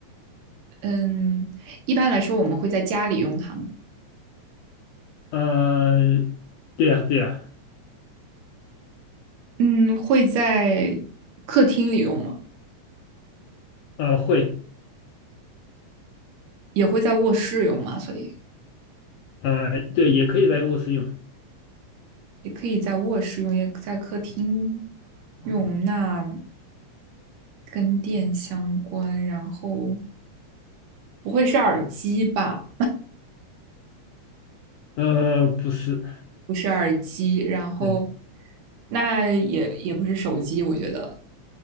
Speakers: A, on the right; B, on the left.
A: 嗯，一般来说我们会在家里用它吗？
B: 呃，对呀对呀，
A: 嗯，会在客厅里用吗？
B: 呃，会，
A: 也会在卧室用吗？所以
B: 呃，对，也可以在卧室用，
A: 也可以在卧室用，也在客厅用。那跟电相关，然后不会是耳机吧？
B: 呃，不是，
A: 不是耳机，然后
B: 嗯
A: 那也也不是手机，我觉得。